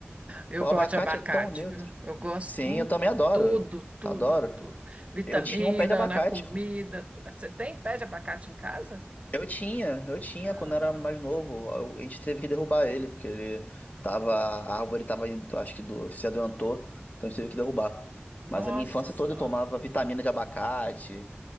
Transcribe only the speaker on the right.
eu
gosto
de abacate,
viu? Eu gosto
com
tudo, tudo,
tudo. Vitamina
na comida. tu- Você tem pé de abacate em casa?
Ah,
nossa
Senhora.